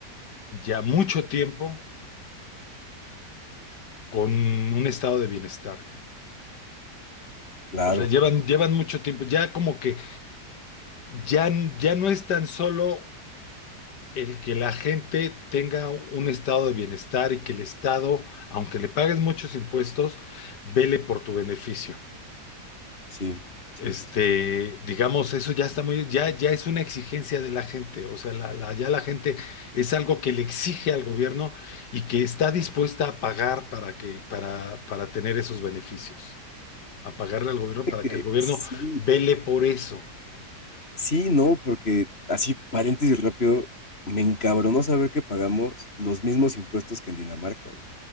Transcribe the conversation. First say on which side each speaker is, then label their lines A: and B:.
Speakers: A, on the left; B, on the left.
A: ya mucho tiempo con un estado de bienestar. cabrón.
B: Claro,
A: O sea, llevan, llevan mucho tiempo. Ya como que ya, ya no es tan solo el que la gente tenga un estado de bienestar y que el Estado, aunque le pagues muchos impuestos, vele por tu beneficio.
B: sí, sí,
A: Este,
B: sí, sí.
A: digamos, eso ya está muy, ya, ya es una exigencia de la gente, o sea, la, la- ya la gente es algo que le exige al gobierno y que está dispuesta a pagar para que, para, para tener esos beneficios, a pagarle al gobierno para
B: que
A: que el gobierno
B: sí,
A: vele por eso,
B: sí, no, porque así, paréntesis rápido, me encabronó saber que pagamos los mismos impuestos que en Dinamarca, güey.